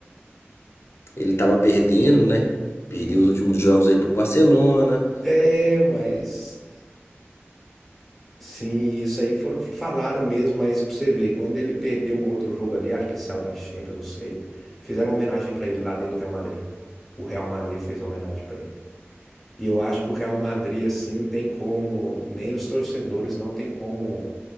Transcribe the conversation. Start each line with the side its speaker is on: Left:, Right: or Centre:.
Left: Ele estava perdendo, né? Perdeu
Centre: Hum,
Left: os últimos jogos aí pro Barcelona.
Centre: É, mas Sim, isso aí foram, falaram mesmo, mas pra você ver, quando ele perdeu um outro jogo ali, acho que saiu da Champions, não sei. Fizeram uma homenagem pra ele lá dentro do Real Madrid. O Real Madrid fez uma homenagem pra ele. E eu acho que o Real Madrid, assim, não tem como, nem os torcedores não tem como